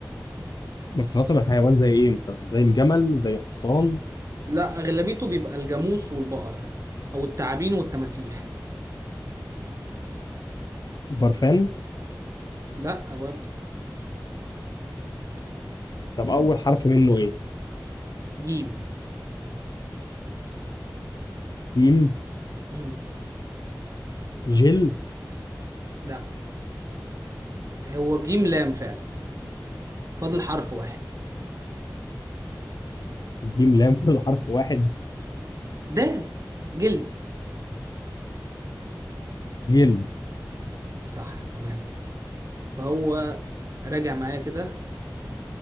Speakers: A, on the left; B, on the right.
A: مستخلصة من حيوان زي إيه مثلا زي الجمل زي الحصان
B: لا أغلبيته بيبقى الجاموس والبقر أو التعابين والتماسيح
A: برفان
B: لا برضه
A: طب أول حرف منه إيه؟
B: جيم
A: جيم
B: امم
A: جل
B: لا هو جيم لام فعلا فاضل حرف واحد
A: جيم لام فاضل حرف واحد
B: دال جلد
A: جلد
B: صح تمام فهو راجع معايا كده